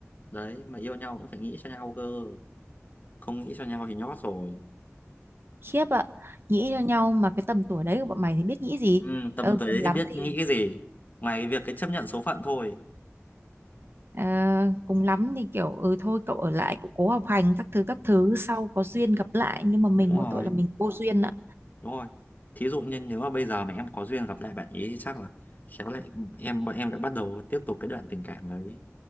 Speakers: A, on the left (about 35°); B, on the right (about 50°).
A: đấy mà yêu nhau cũng phải nghĩ cho nhau cơ không nghĩ cho nhau thì nhót rồi
B: khiếp ạ nghĩ cho nhau mà cái tầm tuổi đấy của bọn mày thì biết nghĩ gì
A: ừ, tầm
B: ừ,
A: tuổi đấy
B: cùng lắm
A: thì biết
B: thì
A: nghĩ cái gì ngoài cái việc cái chấp nhận số phận thôi
B: ờ, cùng lắm thì kiểu ừ thôi cậu ở lại cậu cố học hành các thứ các thứ sau có duyên gặp lại nhưng mà mình
A: đúng
B: mỗi
A: rồi
B: tội là mình vô duyên ạ
A: Đúng rồi. Thí dụ như nếu mà bây giờ mà em có duyên gặp lại bạn ý thì chắc là khéo lại em bọn em đã bắt đầu tiếp tục cái đoạn tình cảm đấy.